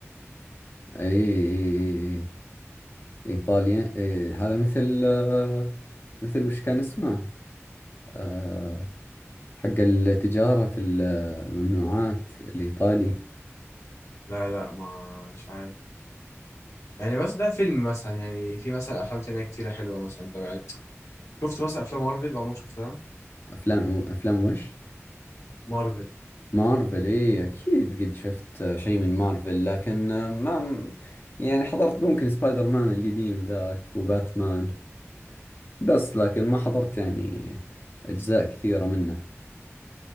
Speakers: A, on the left; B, on the left.
A: أي أي- أي- إيطاليا أي هذا مثل آه مثل وش كان اسمه آه حق التجارة الممنوعات الإيطالي
B: لا لا ما مش عارف يعني بس ده فيلم مثلا يعني في مثلا افلام تانية كتيرة حلوة مثلا انت يعني شفت مثلا افلام مارفل عمرك شفتها
A: أفلام أفلام وش
B: مارفل
A: مارفل ايه اكيد قد شفت شيء من مارفل لكن ما يعني حضرت ممكن سبايدر مان القديم ذاك وباتمان بس لكن ما حضرت يعني اجزاء كثيرة منه